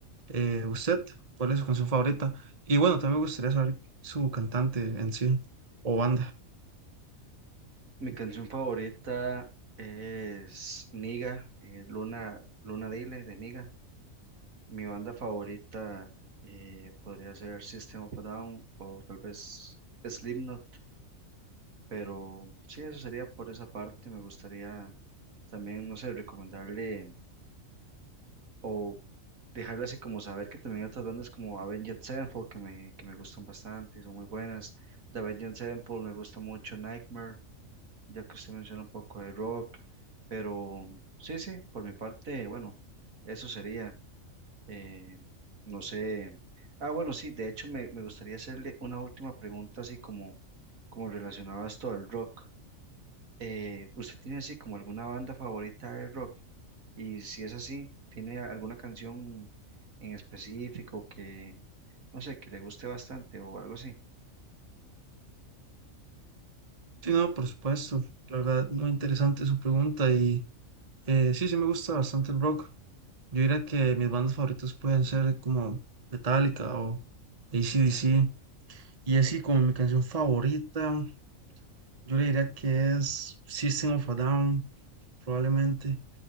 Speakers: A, on the right; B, on the right.
A: Eh, ¿usted cuál es su canción favorita? Y bueno, también me gustaría saber su cantante en sí o banda.
B: Mi canción favorita es Niga, eh, Luna, Luna Dile de Niga. Mi banda favorita eh, podría ser System of a Down o tal vez Slipknot. Pero sí, eso sería por esa parte. Me gustaría también, no sé, recomendarle o dejarle así como saber que también hay otras bandas como Avenged Sevenfold que me, que me gustan bastante y son muy buenas. De Avenged Sevenfold me gusta mucho Nightmare, ya que usted menciona un poco de rock. Pero sí, sí, por mi parte, bueno, eso sería. eh, no sé. Ah, bueno, sí, de hecho me, me gustaría hacerle una última pregunta así como, como relacionada a esto del rock. Eh, ¿usted tiene así como alguna banda favorita de rock? Y si es así, ¿tiene alguna canción en específico que, no sé, que le guste bastante o algo así?
A: Sí, no, por supuesto. La verdad, muy interesante su pregunta y eh, sí, sí me gusta bastante el rock. Yo diría que mis bandas favoritas pueden ser como Metallica o a c d c Y así como mi canción favorita, yo le diría que es System of a Down, probablemente,